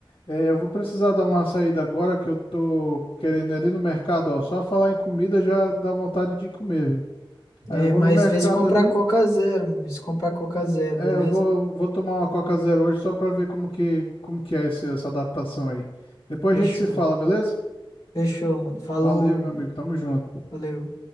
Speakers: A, on the left (about 70°); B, on the left (about 40°).
A: É, eu vou precisar dar uma saída agora que eu tô querendo ir ali no mercado, ó. Só falar em comida já dá vontade de comer, velho.
B: É,
A: Aí eu vou
B: mas
A: no mercado
B: vê se comprar
A: ali,
B: Coca Zero, mano. Vê se comprar Coca Zero,
A: é,
B: beleza?
A: eu vou, vou tomar uma Coca Zero hoje só pra ver como que, como que é esse- essa adaptação aí. Depois
B: Fechou.
A: a gente se fala, beleza?
B: Fechou, mano. Falou.
A: Valeu, meu amigo. Tamo junto.
B: Valeu.